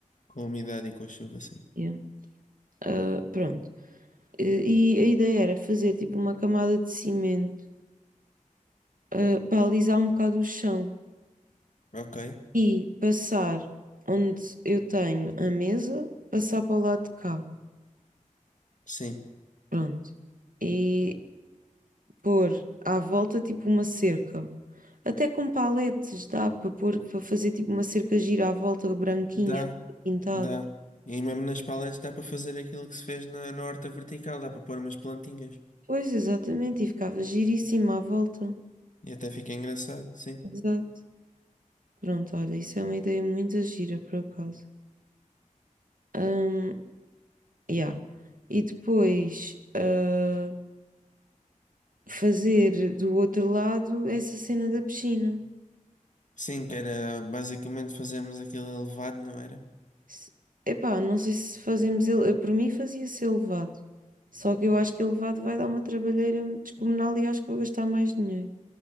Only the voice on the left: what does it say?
Com a umidade e com a chuva, sim.
Ok,
sim.
Dá,
dá. E mesmo nas paletes dá para fazer aquilo que se fez na, na horta vertical, dá para pôr umas plantinhas.
E até fica engraçado, sim.
Sim, que era basicamente fazermos aquilo elevado, não era?